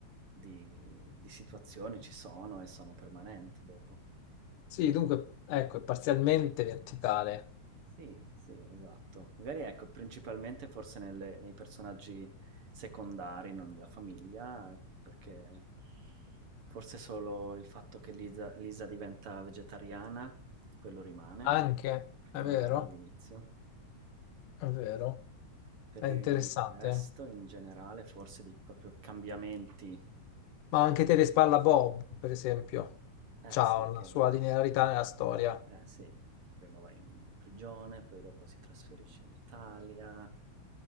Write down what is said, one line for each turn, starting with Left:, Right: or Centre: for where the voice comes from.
Right: di, di situazioni ci sono e sono permanenti dopo.
Left: Sì, dunque, ecco, è parzialmente verticale.
Right: Sì, sì, esatto. Magari ecco, principalmente forse nelle- nei personaggi secondari, non nella famiglia, perché forse solo il fatto che Lisa Lisa diventa vegetariana, quello rimane.
Left: Anche,
Right: Perché
Left: è
Right: non
Left: vero?
Right: era all'inizio.
Left: È vero.
Right: Per
Left: È interessante.
Right: il resto, in generale, forse di proprio cambiamenti.
Left: Ma anche Terespalla Bob, per esempio,
Right: Eh
Left: ha
Right: sì,
Left: una
Right: che
Left: sua
Right: va.
Left: linearità nella storia.
Right: Eh sì, prima va in prigione, poi dopo si trasferisce in Italia.